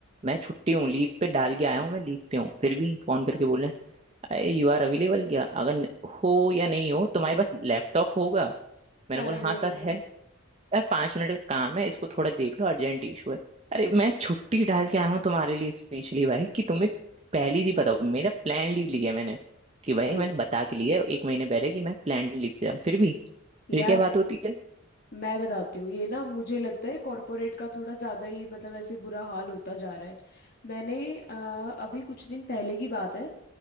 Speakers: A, on the right; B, on the left.
A: मैं छुट्टी हूँ लीव पे डाल के आया हूँ मैं लीव पे हूँ फिर भी फोन करके बोल रहे हैं अरे यू आर अवेलेबल क्या अगर न- हो या नहीं हो तुम्हारे पास लैपटॉप होगा मैंने
B: अरे
A: बोला हाँ
B: भैया
A: सर है यार पांच मिनट का काम है इसको थोड़ा देख लो अर्जेंट इशू है अरे मैं छुट्टी डाल के आया हूँ तुम्हारे लिए स्पेशली भाई कि तुम्हें पहले से पता हो मेरा प्लान लीव लिया है मैंने कि भाई
B: ए
A: मैंने बता के लिया है एक महीने पहले कि मैं प्लान लीव पे जाऊँ फिर भी
B: यार
A: ये क्या बात होती है
B: मैं बताती हूँ ये ना मुझे लगता है कॉरपोरेट का थोड़ा ज़्यादा ही मतलब ऐसे बुरा हाल होता जा रहा है मैंने अ, अभी कुछ दिन पहले की बात है